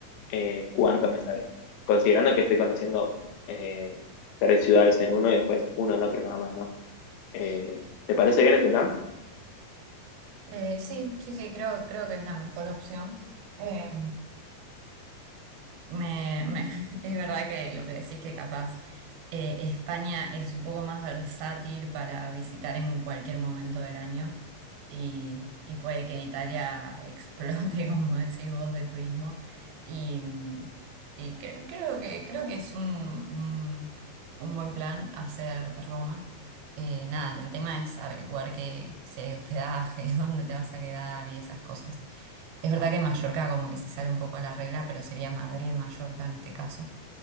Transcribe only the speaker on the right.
Eh, sí, sí, sí, creo, creo que es la mejor opción. Eh, Me, me- <laughs> es verdad que lo que decís que capaz eh, España es un poco más versátil para visitar en cualquier momento del año y, y puede que Italia explote, <laughs> como decís vos, de turismo. Y, mm, y creo, creo que, creo que es un, un- un buen plan hacer Roma. Eh, nada, el tema es averiguar que, si hay hospedaje, <laughs> dónde te vas a quedar y esas cosas. Es verdad que Mallorca como que se sale un poco a la regla, pero sería Madrid, Mallorca en este caso.